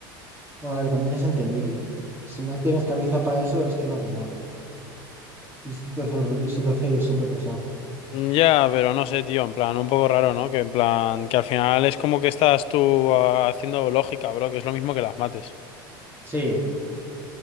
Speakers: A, on the right; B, on the left.
A: a ver, también es entendible. Si no tienes cabeza para eso, es que no te da. Y se te hace, hor- y se te hace súper pesado.
B: Ya, pero no sé, tío, en plan, un poco raro, ¿no? Que en plan, que al final es como que estás tú ah, haciendo lógica, bro, que es lo mismo que las mates.
A: Sí,